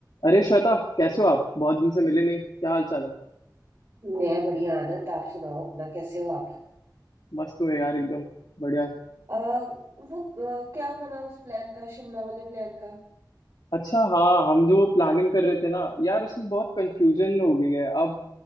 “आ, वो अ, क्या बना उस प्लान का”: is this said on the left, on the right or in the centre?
Right